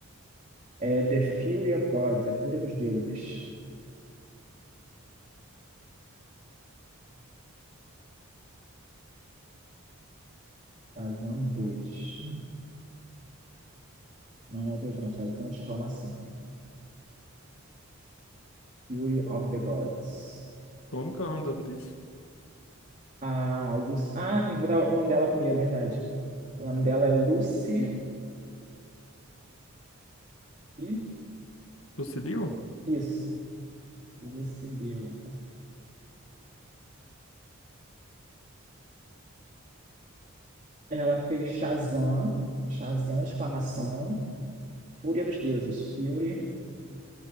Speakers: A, on the right (about 35°); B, on the left (about 70°).
A: É The Fury of Gods, a Fúria dos Deuses. Shazam 2. Não é Deus, não. Shazam de exclamação. Fury of the Gods.
B: Como que é o nome da atriz?
A: A Lucy... Ah, tem que botar o nome dela primeiro, é verdade. O nome dela é Lucy e...
B: Lucilio?
A: Isso. Lucy Liu. Ela fez Shazam, Shazam, exclamação, Fúria dos Deuses, Fury